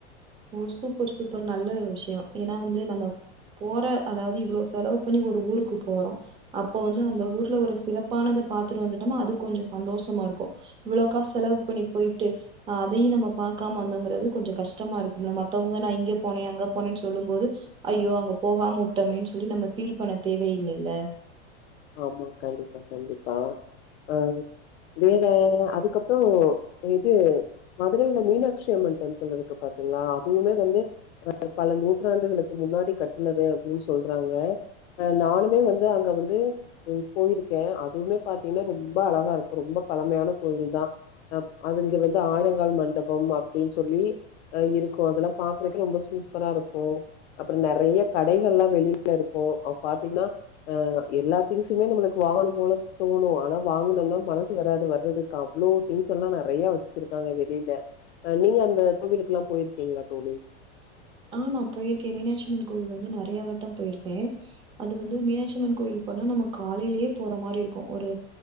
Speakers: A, on the right (about 15°); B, on the left (about 85°).
A: ஓ சூப்பர் சூப்பர் நல்ல விஷயோ ஏன்னா வந்து நம்ம போற அதாவது இவ்ளோ செலவு பண்ணி ஒரு ஊருக்கு போறோ அப்ப வந்து அந்த ஊர்ல ஒரு சிறப்பானத பாத்துட்டு வந்துட்டோம்னா அது கொஞ்ச சந்தோஷமாருக்கு இவ்ளோ காசு செலவு பண்ணி போயிட்டு அதையு நம்ம பாக்காம வந்தங்கிறது கொஞ்ச கஷ்டமா இரு மத்தவங்க நா இங்க போனே அங்க போனே சொல்லும் போது ஐயோ அங்க போகாம வுட்டோமேன் சொல்லி நம்ம ஃபீல் பண்ண தேவையில்லையில்ல
B: ஆமா கண்டிப்பா கண்டிப்பா அ வேற அதுக்கப்புறோ இது மதுரைல மீனாக்சி அம்மன் டெம்பிள் இருக்கு பா த்திங்ளா அதுவுமே வந்து <inaudible> பல நூற்றாண்டுகளுக்கு முன்னாடி கட்டுனது அப்டின் சொல்றாங்க அ நானுமே வந்து அங்க வந்து து போயிருக்கே அதுவுமே பாத்திங்னா ரொம்ப அழகா இருக்கு ரொம்ப பழமையான கோயில் தா அப் அது இங்க வந்து ஆயிரங்கால் மண்டபம் அப்டின் சொல்லி அ இருக்கு அதெல்லாம் பாக்கறக்கே ரொம்ப சூ ப்பராருக்கு அப்புற நெறைய கடைகள்லா வெளில இருக்கு அ பாத்திங்னா அ எல்லா திங்ஸுமே நம்மளுக்கு வாங்கணும் போல தோணு ஆனா வாங்கணும்னா மனசு வராது வர்றதுக்கு அவ்ளோ திங்ஸ் எல்லா ந றையா வெச்சிருக்காங்க வெளில அ நீங்க அந்த கோவிலுக்குல்லா போயிருக்கீங்ளா தோழி
A: ஆ நா போயிருக்கே மீனாட்சியம்மன் கோவில் வந்து நறையா வட்டம் போயிருக்கே அது வந்து மீனாட்சியம்மன் கோயில் அப்பனா நம்ம காலைலியே போற மாரி இருக்கு ஒரு